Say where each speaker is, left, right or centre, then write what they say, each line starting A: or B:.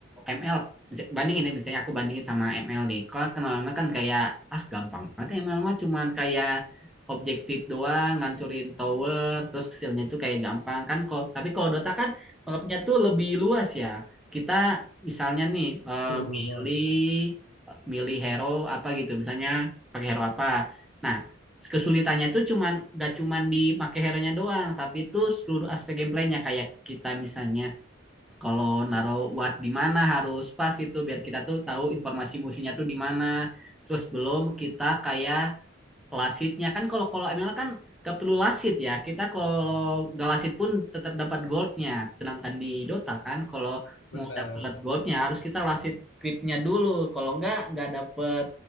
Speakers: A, in the centre; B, on the left (about 70°).
A: ML bisa- bandingin ya misalnya aku bandingin sama ML nih. Kalau kenal kan kayak ah gampang. Nanti ML mah cuman kayak objektif doang, ngancurin tower, terus hasilnya itu kayak gampang kan. Kalau tapi kalau Dota kan mapnya tuh lebih luas ya. Kita misalnya nih eh,
B: betul
A: milih
B: Mas.
A: eh, milih hero apa gitu. Misalnya pakai hero apa. Nah, kesulitannya itu cuman gak cuman di make hero-nya doang, tapi itu seluruh aspek gameplaynya kayak kita misalnya kalau naruh watt di mana harus pas gitu biar kita tuh tahu informasi musuhnya tuh di mana. Terus belum kita kayak Lasitnya kan kalau kalau ML kan gak perlu lasit ya. Kita kalau gak lasit pun tetap dapat goldnya. Sedangkan di Dota kan kalau
B: Benar.
A: mau dapat goldnya harus kita lasit critnya dulu. Kalau enggak nggak dapat